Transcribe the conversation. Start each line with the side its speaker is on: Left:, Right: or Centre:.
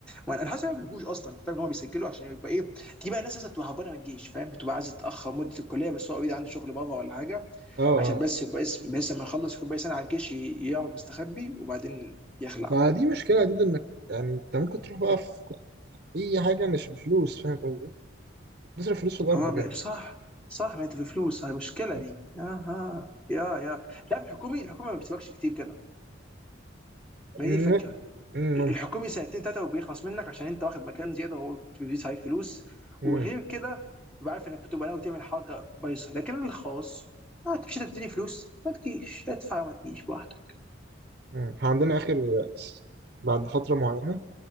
Centre: وانا انا حاسس إن هو ما بيجوش اصلا فاهم ان هو بيسجلوا عشان يبقى ايه دي بقى ناس لسه بتبقى هربانه من الجيش فاهم بتبقى عايزه تتاخر مده الكليه بس هو اوريدي عنده شغل بره ولا حاجه
Right: <laughs> اه
Centre: عشان بس
Right: اه
Centre: يبقى اسم بس لما يخلص يكون باقي سنه على الجيش ي- يقعد مستخبي وبعدين يخلع
Right: ما دي مشكلة يا دود إنك يعني أنت ممكن تروح بقى في أي حاجة مش بفلوس فاهم قصدي؟ تصرف فلوس في الأرض
Centre: اه
Right: كده
Centre: ما- صح صح ما انت في فلوس هي المشكله
Right: بس.
Centre: دي اها يا يا لا في الحكومي الحكومه ما بتسيبكش كتير كده ما
Right: م-
Centre: هي دي الفكره
Right: م- ممكن
Centre: الحكومي سنتين ثلاثه وبيخلص منك عشان انت واخد مكان زياده وبيزيد عليك فلوس
Right: م-
Centre: وغير كده تبقى عارف انك بتبقى ناوي تعمل حاجه بايظه لكن الخاص آه، انت مش هتديني فلوس ما تجيش ادفع ما تجيش براحتك
Right: م. إحنا عندنا آخر بعد فترة معينة